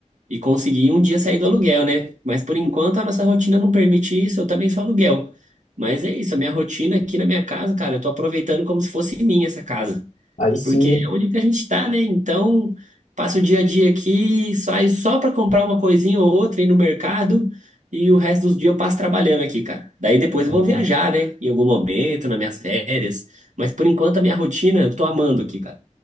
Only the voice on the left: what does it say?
Aí sim,
boa.